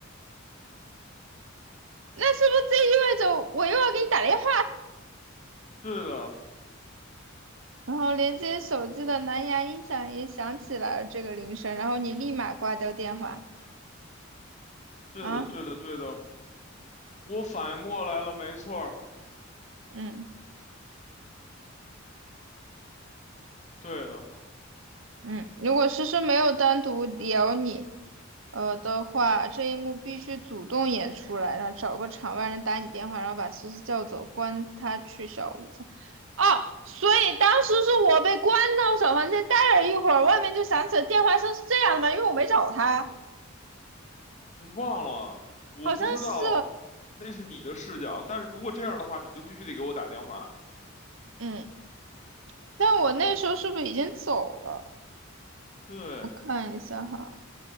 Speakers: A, on the right; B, on the left.
A: 那是不是这意味着我又要给你打电话？
B: 对的，
A: 然后连接手机的蓝牙音响也响起来了这个铃声，然后你立马挂掉电话
B: 对的，
A: 啊，
B: 对的，对的，我反应过来了，没错儿，
A: 嗯
B: 对的。
A: 嗯，如果诗诗没有单独聊你，呃的话，这一幕必须主动演出来，然后找个场外人打你电话，然后把思思叫走，关他去小屋房哦，所以当时是我被关到小房间待了一会儿，外面就响起了电话声，是这样的吗？因为我没找他，
B: 你忘了？我不知道，
A: 好像是，
B: 那是你的视角。但是如果这样的话，你就必须得给我打电话。
A: 嗯，但我那时候是不是已经走了？
B: 对，
A: 我看一下哈。